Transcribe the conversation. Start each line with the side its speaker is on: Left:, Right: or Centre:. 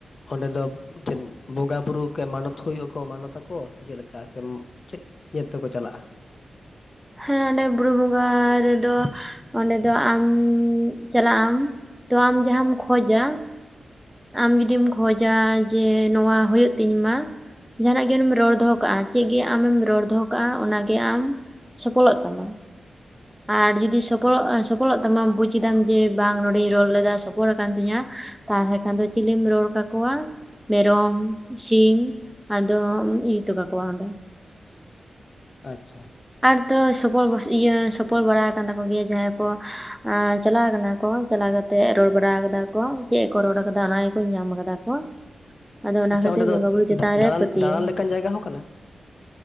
Left: ᱚᱸᱰᱮ ᱫᱚ᱾ ᱢᱤᱫ ᱴᱷᱮᱱ ᱵᱚᱸᱜᱟ ᱵᱩᱨᱩ ᱠᱮ ᱢᱟᱱᱚᱛ ᱦᱩᱭᱩᱜ ᱟᱠᱚ ᱢᱟᱱᱚᱛ ᱟᱠᱚ ᱥᱮ ᱪᱮᱫ ᱞᱮᱠᱟ ᱥᱮ ᱪᱮᱫ? ᱡᱚᱛᱚ ᱠᱚ ᱪᱟᱞᱟᱜᱼᱟ᱾
Centre: ᱦᱮᱸ ᱚᱸᱰᱮ ᱵᱩᱨᱩ ᱵᱚᱸᱜᱟ ᱨᱮᱫᱚ ᱚᱸᱰᱮ ᱫᱚ ᱟᱢ ᱪᱟᱞᱟᱜ ᱟᱢ ᱛᱚ ᱟᱢ ᱡᱟᱸᱦᱟᱸᱢ ᱠᱷᱚᱡᱟ ᱟᱢ ᱡᱩᱫᱤᱢ ᱠᱷᱚᱡᱟ ᱡᱮ ᱱᱚᱣᱟ ᱦᱳᱭᱳᱜ ᱛᱤᱧ ᱢᱟ᱾ ᱡᱟᱦᱟ ᱱᱟᱜ ᱜᱮᱢ ᱨᱚᱲ ᱫᱚᱦᱚ ᱠᱟᱜᱼᱟ, ᱪᱮᱫ ᱜᱮ ᱟᱢᱮᱢ ᱨᱚᱲ ᱫᱚᱦᱚ ᱠᱟᱜᱼᱟ ᱚᱱᱟ ᱜᱮ ᱟᱢ ᱥᱚᱯᱷᱚ ᱞᱚᱜ ᱛᱟᱢᱟ᱾ ᱟᱨ ᱡᱩᱫᱤ ᱥᱚᱯᱷᱚᱞᱚᱜ ᱥᱚᱯᱷᱚᱞᱚᱜ ᱛᱟᱢᱟ ᱵᱩᱡᱽ ᱠᱮᱫᱟᱢ ᱡᱮ ᱵᱟᱝ ᱱᱚᱰᱮᱧ ᱨᱚᱲ ᱞᱮᱫᱟ ᱥᱚᱯᱷᱚᱞ ᱟᱠᱟᱱ ᱛᱤᱧᱟ᱾ ᱛᱟᱦᱚᱞᱮ ᱠᱷᱟᱱ ᱫᱚ ᱪᱤᱞᱤᱢ ᱨᱚᱲ ᱠᱟᱠᱚᱣᱟ ᱢᱮᱨᱚᱢ ᱥᱤᱢ ᱟᱫᱚᱢ ᱤᱫᱤ ᱦᱚᱴᱚ ᱠᱟᱠᱚᱣᱟ ᱚᱸᱰᱮ᱾
Left: ᱟᱪᱪᱷᱟ
Centre: ᱟᱨ ᱛᱚ ᱥᱚᱯᱷᱚᱞ ᱤᱭᱟᱹ ᱥᱚᱯᱷᱚᱞ ᱵᱟᱲᱟ ᱟᱠᱟᱱ ᱛᱟᱠᱚ ᱜᱮᱭᱟ ᱡᱟᱦᱟᱸᱭ ᱠᱚ ᱟᱨ ᱪᱟᱞᱟᱣ ᱠᱟᱱᱟ ᱠᱚ ᱪᱟᱞᱟᱣ ᱠᱟᱛᱮ ᱨᱚᱲ ᱵᱟᱲᱟ ᱠᱟᱫᱟ ᱠᱚ ᱪᱮᱫ ᱠᱚ ᱨᱚᱲ ᱠᱟᱫᱟ ᱚᱱᱟ ᱜᱮᱠᱚ ᱧᱟᱢ ᱠᱟᱫᱟ ᱠᱚ᱾ ᱟᱫᱚ ᱚᱱᱟ
Left: ᱟᱪᱪᱷᱟ
Centre: ᱠᱷᱟᱹᱛᱤᱨ
Left: ᱚᱸᱰᱮ ᱫᱚ
Centre: ᱵᱚᱸᱜᱟᱼᱵᱩᱨᱩ ᱪᱮᱛᱟᱱ ᱨᱮ
Left: ᱫᱟᱬᱟᱱ
Centre: ᱯᱟᱹᱛᱭᱟᱹᱣ᱾
Left: ᱫᱟᱬᱟᱱ ᱞᱮᱠᱟᱱ ᱡᱟᱭᱜᱟ ᱦᱚᱸ ᱠᱟᱱᱟ?